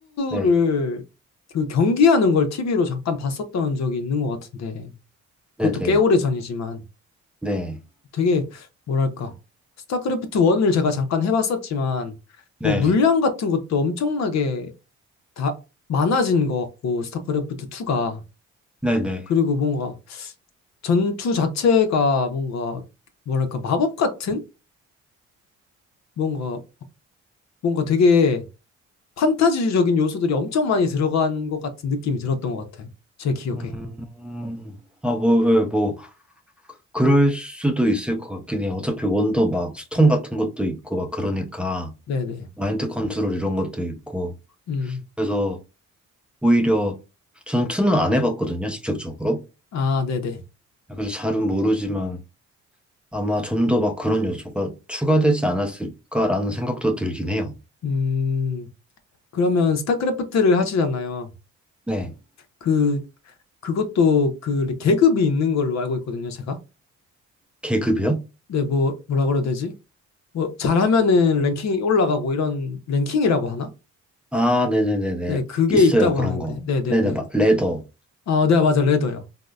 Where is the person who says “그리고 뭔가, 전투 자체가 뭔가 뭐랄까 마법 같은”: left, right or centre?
Left